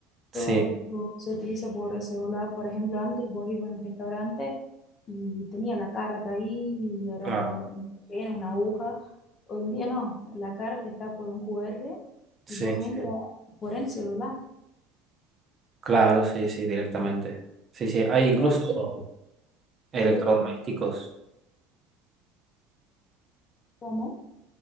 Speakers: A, on the right; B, on the left.
A: Sí,
B: todo lo- se utiliza por el celular. Por ejemplo, antes vos ibas a un restaurante y tenía la carta ahí y era
A: claro,
B: un papel, una aguja. Hoy en día no, la carta está por un QR
A: sí,
B: y vos entras
A: sí.
B: por el celular.
A: Claro, sí, sí, directamente. Sí, sí, hay incluso
B: Creo que,
A: electrodomésticos.
B: disculpame, ¿cómo?